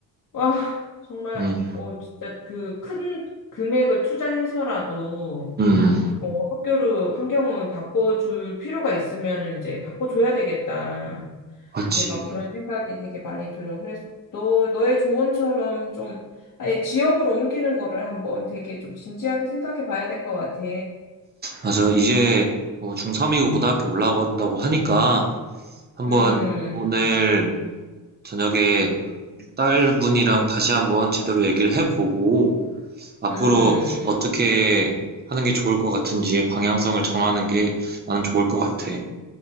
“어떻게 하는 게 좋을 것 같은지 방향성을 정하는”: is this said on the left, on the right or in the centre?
Right